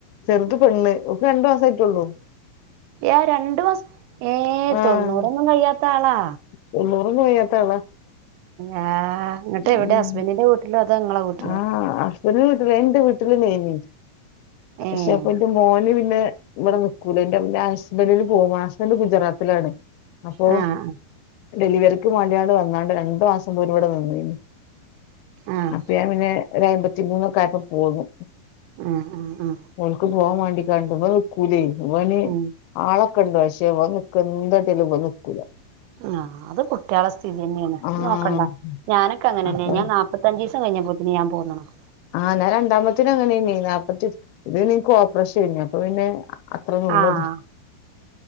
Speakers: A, on the left; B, on the right.
A: ചെറുത് പെണ്ണ് ഓക്ക് രണ്ടു മാസം ആയിട്ടുള്ളൂ
B: ഏ രണ്ടു മാസ് ഏയ്
A: ആഹ്
B: തൊണ്ണൂറൊന്നും കഴിയാത്ത ആളാ
A: തൊണ്ണൂറൊന്നും കഴിയാത്ത ആളാ
B: ആ എന്നിട്ട്
A: ഉം
B: എവിടെ ഹസ്ബൻഡിന്റെ വീട്ടിലോ അതോ നിങ്ങളെ വീട്ടിലോ
A: ആഹ് വീട്ടില് ഞാ ന് <unintelligible> ടെ വീട്ടിലെ <unintelligible> ന്നേർന്ന് പക്ഷെ
B: ഏഹ്
A: ഇപ്പൊ എന്റെ മോൻ- ഇവര് പിന്നെ ഇവിടെ നിക്കൂല എന്റെ ഹസ്ബന്ഡില് പോകും ഹസ്ബന്റ് ഗുജറാത്തിലാണ് അപ്പൊ
B: ആഹ്
A: ഡെലിവറിക്ക് വേണ്ടിയാണ്ട് വന്നാണ്ട് രണ്ടു മാസം പോലും ഇവിടെ നിന്നീന്ന്
B: ആഹ്
A: അപ്പൊ ഞാൻ പിന്നെ ഒരു അയ്മ്പത്തിമൂന്നൊക്കെ ആയപ്പോ പോന്നു
B: ആഹ് ആഹ് ആഹ്
A: ഓൽക്ക് പോകാൻ വേണ്ടിങ്ങാണ്ട് ഇവിടെ നികൂലയ് ഇവന്-
B: ഉം
A: ആളൊക്കെയിണ്ട് പക്ഷെ ഇബന്ക്ക്‌എന്താ കിട്ടിയാലും ട ഇവൻ നിക്കൂല.
B: ആ അത് കുട്ടികളെ സ്ഥിതി തന്നെയാണ്
A: ആഹ്
B: നോക്കണ്ടാ ഞാനൊക്കെ അങ്ങനെ
A: അപ്പൊ
B: തന്നെയാ ഞാൻ- മുപ്പത്തിയഞ്ചു ദിവസം കഴിഞ്ഞപ്പോ തന്നെ ഞാൻ പോന്നക്ക്ണ്.
A: ആ എന്നാ രണ്ടാമത്തിന് അങ്ങനെ തന്നെ നീ നാല്പ്പ ഇത്പിന്നെ ഇക്ക് ഓപ്പറേഷന്നു അപ്പൊ പിന്നെ- അത്ര നിന്നത്
B: ആഹ്